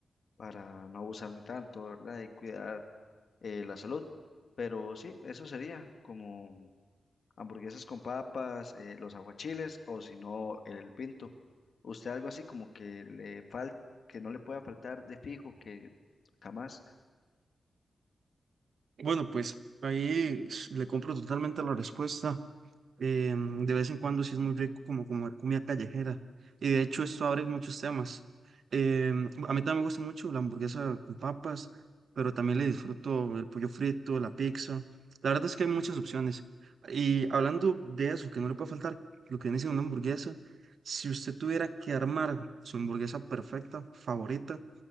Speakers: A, on the left; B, on the right.
A: para no abusarme tanto, ¿verdad? Y cuidar eh, la salud. Pero sí, eso sería como hamburguesas con papas, eh, los aguachiles o si no el pinto. ¿Usted algo así como que le falta, que no le pueda faltar de fijo, que jamás?
B: Bueno, pues ahí s- le compro totalmente la respuesta. eh, de vez en cuando sí es muy rico como comer comida callejera. Y de hecho esto abre muchos temas. Eh, a mí también me gusta mucho la hamburguesa con papas, pero también le disfruto el pollo frito, la pizza. La verdad es que hay muchas opciones. Y hablando de eso, que no le puede faltar lo que viene siendo una hamburguesa, si usted tuviera que armar su hamburguesa perfecta, favorita,